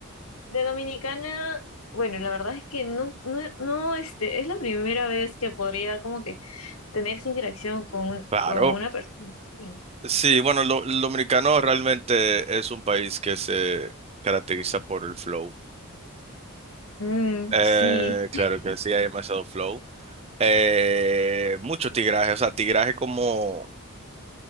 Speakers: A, on the left; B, on the right.
A: De Dominicana, bueno, la verdad es que no, no, no, este, es la primera vez que podría como que tener esa interacción con, un-
B: Claro.
A: con una persona. Sí,
B: Sí, bueno, lo, lo dominicano realmente es un país que se caracteriza por el flow.
A: Mm,
B: Eh,
A: sí.
B: claro que sí, hay demasiado flow. Eh, mucho tigraje, o sea, tigraje como...